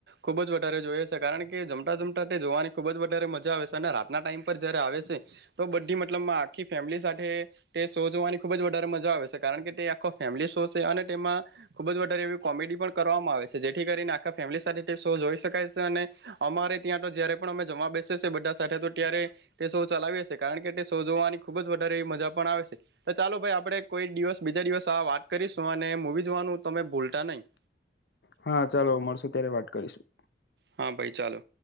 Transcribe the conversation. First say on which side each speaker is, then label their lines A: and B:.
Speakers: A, on the right (about 60°); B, on the left (about 60°).
A: ખુબ જ વધારે જોઈએ છે કારણ કે જમતા જમ તા તે જોવાની ખુબ જ વધારે મજા આવે છે અને રાતના ટાઈમ પર જયારે આવે છે તો બધી મતલબ આખી ફેમલી શો જોવાની ખુબ જ વધારે મજા આવે છે કારણ કે તે આખો ફેમિલી શો છે અને તેમાં ખુબ જ વધારે એવી કોમેડી પણ કરવામાં આવે છે જેથી કરીને આખા ફેમિલી સાથે શો જોઈ શકાય છે અને અમા ત્યાં જયારે પણ અમે જમવા બેસી બધા સાથે તો ત્યારે તે શો ચલાવી હશે કારણ કે તે શો જોવાની ખુબ જ વધારે મજા પણ આવે છે તો ચાલો ભાઈ આપડે કોઈ દિવસ બીજા દિવસ આ વાત કરીશું અને મુંવી જોવાનું તમે બુલતા નહીં
B: હા ચાલો મળશુ ત્યારે વાત કરીશું
A: હા ભાઈ ચાલો